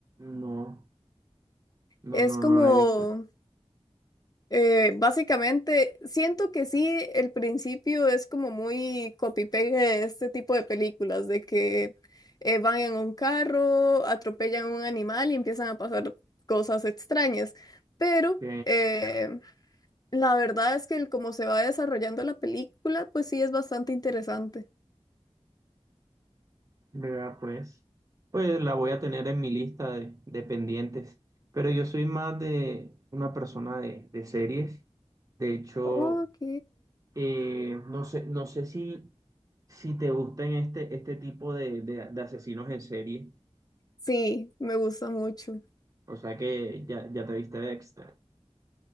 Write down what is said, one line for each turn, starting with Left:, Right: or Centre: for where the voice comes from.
Right: No, no,
Left: Es
Right: no,
Left: como,
Right: no la he visto.
Left: eh, básicamente, siento que sí, el principio es como muy copy-paste de este tipo de películas, de que eh, van en un carro, atropellan a un animal y empiezan a pasar cosas extrañas. Pero...
Right: Ok,
Left: eh, La verdad es que el cómo se va desarrollando la película, pues sí es bastante interesante.
Right: vea, pues. Pues la voy a tener en mi lista de, de pendientes. Pero yo soy más de una persona de, de series. De hecho,
Left: Ok.
Right: eh, no sé, no sé si, si te gustan este, este tipo de, de, de asesinos en serie.
Left: Sí, me gusta mucho.
Right: O sea que ya, ya te viste Dexter.